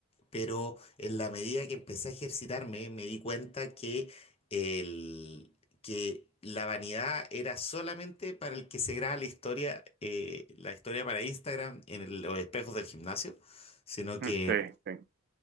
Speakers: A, on the left; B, on the right.
A: pero en la medida que empecé a ejercitarme me di cuenta que, el, que la vanidad era solamente para el que se graba la historia, eh, la historia para Instagram en el- los espejos del gimnasio, sino
B: Mm,
A: que
B: sí, sí,